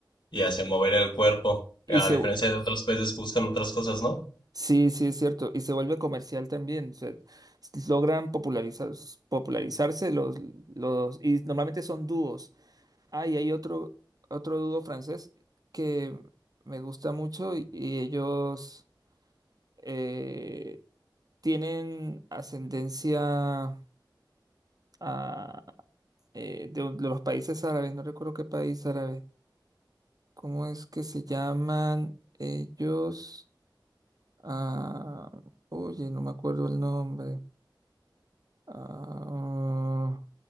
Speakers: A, on the left (about 70°); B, on the right (about 50°).
A: y hacia mover el cuerpo,
B: Y
A: a
B: se,
A: diferencia
B: Ujú.
A: de otros países que buscan otras cosas, ¿no?
B: Sí, sí, es cierto, y se vuelve comercial también, o sea, s- logran popularizar, popularizarse los, los, y normalmente son dúos. Ah, y hay otro, otro dúo francés que me gusta mucho y, y ellos eh, tienen ascendencia a, eh, de, un- de los países árabes, no recuerdo qué país árabe, ¿cómo es que se llaman ellos? Ah, oye, no me acuerdo el nombre. Ah,